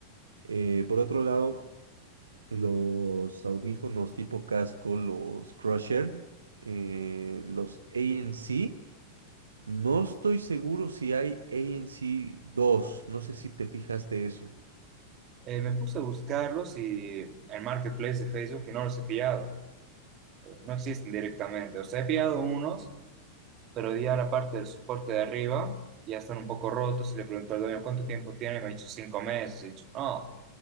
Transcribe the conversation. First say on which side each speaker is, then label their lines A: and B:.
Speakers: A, on the right; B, on the right.
A: Eh, por otro lado, los audífonos tipo casco, los Crusher, eh, los ANC, no estoy seguro si hay ANC dos no sé si te fijaste eso.
B: eh, me puse a buscarlos y en Marketplace de Facebook que no los he pillado. Eh, no existen directamente. O sea, he pillado unos pero ya la parte del soporte de arriba ya están un poco rotos y le pregunté al dueño cuánto tiempo tiene y me ha dicho cinco meses. Y he dicho, no,